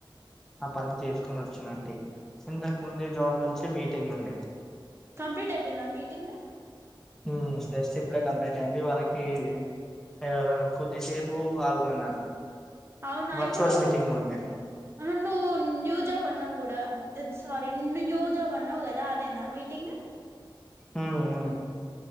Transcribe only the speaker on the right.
కంప్లీట్ అయిపోయిందా మీటింగ్
అవునా
ఇప్పుడు
అ నువు న్యూ జాబ్ అన్నావు గూడా సారీ న్యూ జాబ్ అన్నవు కదా అదేనా మీటింగ్